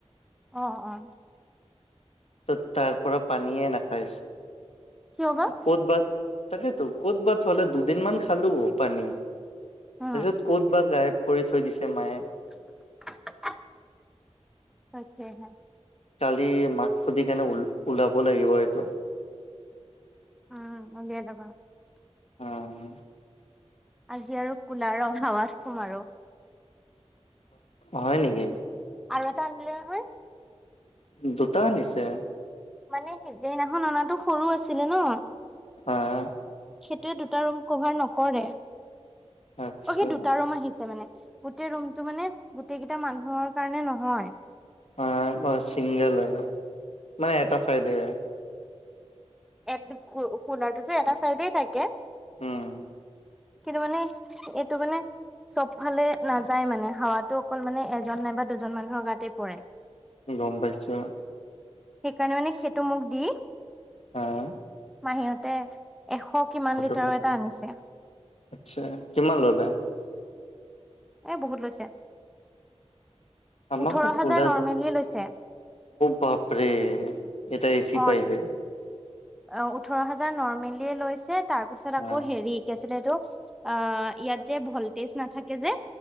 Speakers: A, in the centre; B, on the left.
A: অ অ
B: ত তাৰ পৰা পানীয়ে নাখাইছ
A: কিয় বা
B: ক'ত ভাত তাকেইেতো ক'ত ভাত হলে দুদিনমান খালো পানী তাৰপিছত
A: অ
B: ক'ত বা গায়ব কৰি থৈ দিছে মায়ে
A: <unintelligible> <unintelligible>
B: কালি মাক সুধি কেনে ওলাব লাগিব এইটো
A: উম
B: আহ
A: আজি আৰু কলাৰ অহাৱাত সোম আৰু
B: হয় নেকি
A: আৰু এটা আনিলে হয়।
B: দুটা নিছে
A: মানে সেইদিনাখন অনাাতো সৰু আছিলে ন
B: অ',
A: সেইটোয়ে দুটা ৰুম কভাৰ নকৰে অ
B: আচ্ছা
A: সি দুটা ৰুম আহিছে মানে গোটেই ৰুমটো মানে গোটেই কেইটা মানুহৰ কাৰণে নহয়
B: অ ব চিংগল আৰু মানে এটা ফাইদে
A: এ কোনাৰটোতো এটা চাইডে থাকে
B: উম
A: কিন্তু মানে এইটো মানে চব ফালে নাযায় মানে হাৱাতো অকল মানে এজন নাইবা দুজন মানুহৰ গাতেই পৰে
B: গম পাইছো
A: সেইকাৰণে মানে সেইটো মোক দি
B: আহ
A: মাহীতে এশ কিমান লিটাৰৰ
B: ললে।
A: এটা আনিছে
B: আচ্ছা কিমান ললে
A: এই বহুত লৈছে
B: আ
A: ওঠৰ
B: ভ
A: হাজাৰ
B: ওলাৰ
A: নৰ্মেলিয়ে লৈছে
B: বাপৰে এটা এ চি
A: অ
B: পাইজে
A: অ ওঠৰ হাজাৰ নৰ্মেলিয় লৈছে তাৰ পিছত
B: হা
A: আকৌ হেৰি শিকাইছিলে এইটো আহ ইয়াত যে ভলটেজ নাথাকে যে